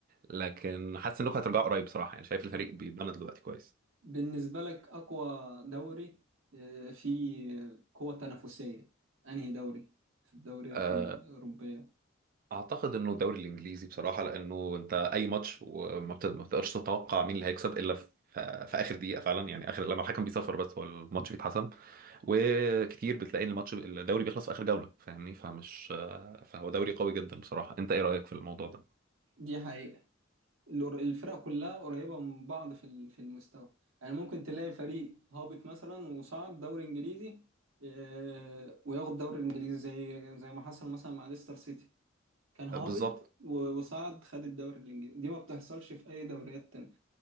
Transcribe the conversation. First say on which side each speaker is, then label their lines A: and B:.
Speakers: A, on the right; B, on the right.
A: لكن حاسس انكم هترجعوا قريب بصراحه يعني شايف الفريق
B: آه.
A: بيتبنى دلوقتي كويس
B: بالنسبة لك أقوى دوري آه، فيه قوة تنافسية أنهي دوري في الدوريات
A: آه،
B: الأوروبية
A: اعتقد انه الدوري الانجليزي بصراحه لانه انت اي ماتش وما بت- ما بتقدرش تتوقع مين اللي هيكسب الا في في اخر دقيقه فعلا يعني اخر لما الحكم بيصفر بس هو الماتش بيتحسم وكتير بتلاقي ان الماتش الدوري بيخلص في اخر جوله فاهمني فمش فهو دوري قوي جدا بصراحه انت ايه رايك في الموضوع ده
B: دي حقيقة الأر- الفرق كلها قريبة من بعض في ال- في المستوى يعني ممكن تلاقي فريق هابط مثلا وصعد دوري انجليزي آه، وياخد دوري الانجليزي زي زي ما حصل مثلا مع ليستر سيتي كان هابط
A: بالظبط
B: و- وصعد خد الدوري الانجليزي دي ما بتحصلش في اي دوريات تانية